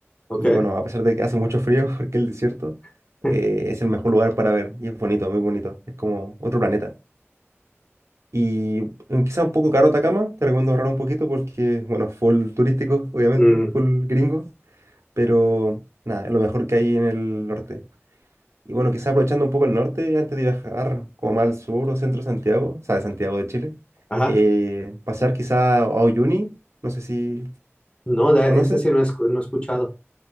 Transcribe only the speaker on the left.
Ok.
<laughs>
Mm,
ajá.
No, de-
ese sí no he, escu- no he escuchado.